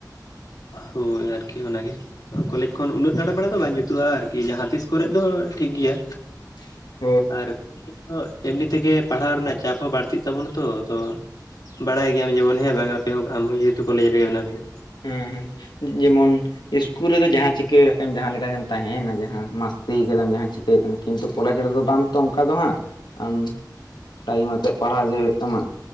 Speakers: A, on the left; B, on the left.
A: ᱦᱳᱭ ᱟᱨᱠᱤ ᱚᱱᱟᱜᱮ ᱠᱚᱞᱮᱮᱡ ᱠᱷᱚᱱ ᱩᱱᱟᱹᱜ ᱫᱟᱲᱟ ᱵᱟᱲᱟ ᱫᱚ ᱵᱟᱝ ᱡᱩᱛᱩᱜᱼᱟ ᱟᱨᱠᱤ ᱡᱟᱦᱟᱸᱛᱤᱥ ᱠᱚᱨᱮᱜ ᱫᱚ ᱴᱷᱤᱠᱜᱮᱭᱟ
B: <inaudible>
A: ᱟᱨ ᱠᱚᱞᱮᱡᱽ ᱫᱚ ᱮᱢᱮ ᱛᱮᱜᱮ ᱯᱟᱲᱦᱟᱣ ᱨᱮᱱᱟᱜ ᱪᱟᱯ ᱦᱚᱸ ᱵᱟᱹᱲᱛᱤᱜ ᱛᱟᱵᱚᱱᱟ ᱛᱚ ᱟᱫᱚ ᱵᱟᱲᱟᱭ ᱜᱮᱭᱟᱢ ᱡᱮᱢᱚᱱ ᱦᱮᱸ ᱵᱟᱝ ᱟᱯᱮ ᱦᱚᱸ ᱟᱢᱦᱚᱸ ᱡᱮᱦᱮᱛᱩ ᱠᱚᱞᱮᱡᱽ ᱨᱮᱜᱮ ᱢᱮᱱᱟᱜ ᱢᱮᱭᱟ
B: ᱦᱩᱸ ᱦᱩᱸ ᱡᱮᱢᱚᱱ ᱤᱥᱠᱩᱞ ᱨᱮᱫᱚ ᱡᱟᱦᱟᱸ ᱪᱤᱠᱟᱹᱭ ᱮᱢ ᱡᱟᱦᱟᱸ ᱞᱮᱠᱟ ᱜᱮᱢ ᱛᱟᱦᱮᱱᱟ ᱡᱟᱦᱟᱸ ᱢᱟᱥᱛᱤ ᱠᱟᱫᱟᱢ ᱡᱟᱦᱟᱸ ᱪᱤᱠᱟᱹᱭ ᱠᱤᱱᱛᱩ ᱠᱚᱞᱮᱡᱽ ᱨᱮᱫᱚ ᱵᱟᱝ ᱛᱚ ᱚᱱᱠᱟ ᱫᱚ ᱦᱟᱸᱜ ᱟᱢ ᱴᱟᱭᱤᱢ ᱟᱛᱮᱜ ᱯᱟᱲᱦᱟᱣ ᱜᱮ ᱦᱳᱭᱳᱜ ᱛᱟᱢᱟ